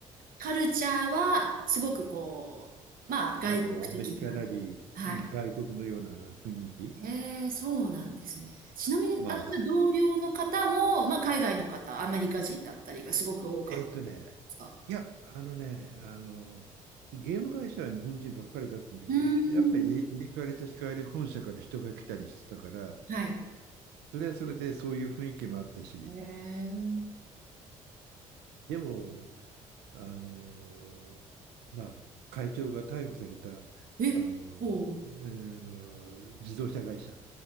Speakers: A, on the right (about 50°); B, on the right (about 70°).
A: カルチャーは、すごくこう、まあ、外国的な。
B: あの、アメリカなり、
A: はい。
B: うん外国のような雰囲気。
A: へえ、そうなんですね。ちなみに、
B: まあ、
A: あの、じゃあ同僚の方も、まあ、海外の方、アメリカ人だったりがすごく多かったで
B: えーっとね、
A: すか
B: いや、あのね、あの、ゲーム会社は日本人ばっかりだったんだけど、
A: うー
B: やっぱり入れ替わり立ち替わり本社から人が来たりしてたから、
A: ん。はい。
B: それはそれでそういう雰囲気もあったし、
A: へ
B: でも、あの、まあ、会長が逮捕された、
A: え。
B: あの、
A: え、おう。
B: えーあの自動車会社、